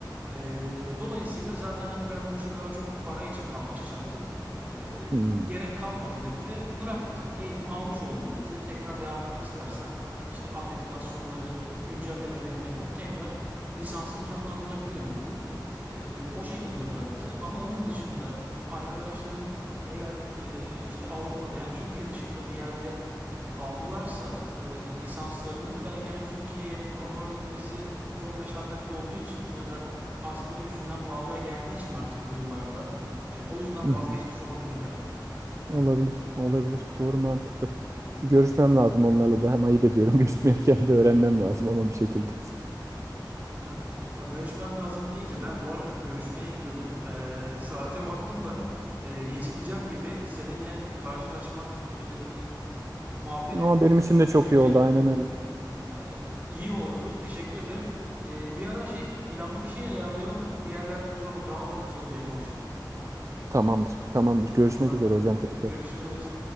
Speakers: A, on the right; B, on the right.
A: Eee, dolayısıyla zaten hani ben bu işe daha çok para için kalkışacaktım. Eee,
B: Hmm.
A: gerek kalmadı dedi ve bıraktı. Eğitimi almış oldum dedi. Tekrar devam etmek istersem işte akreditasyonları, güncellemelerimi yapıp tekrar lisansımı canlandırabilirim dedi. Eee, o şekilde bıraktı. Ama onun dışında arkadaşların eğer, eee, işte, Avrupa'da, yani, Türkiye dışında bir yerde aldılarsa, eee, lisanslarını belki, hani, Türkiye'ye convert etmesi çok meşakkatli olduğu için ya da astarı yüzünden pahalıya geldiği için artık bu yıllarda, eee, o yüzden
B: Hı
A: vazgeçmiş
B: hı.
A: olabilirler.
B: Olabilir. Olabilir. Doğru mantıklı. Bir görüşmem lazım onlarla da. Hem ayıp ediyorum <laughs> görüşmeyken de öğrenmem lazım ama bir şekilde.
A: <laughs> Ha, görüşmem lazım deyince ben bu arada bir görüşmeye gidiyordum. Eee, saate baktım da, eee, gecikeceğim gibi. Seninle karşılaşmak, eee, muhabbet
B: Ama
A: etmek,
B: benim için de çok
A: güncel
B: iyi oldu. Aynen öyle.
A: Evet, iyi oldu. Teşekkür ederim. Ee, bir ara şey planlı bir şey ayarlayalım. Bir yerlerde oturalım. Daha uzun uzadıya konuşalım.
B: Tamamdır. Tamamdır. Görüşmek
A: Tamam.
B: üzere hocam tekrar.
A: Görüşürüz.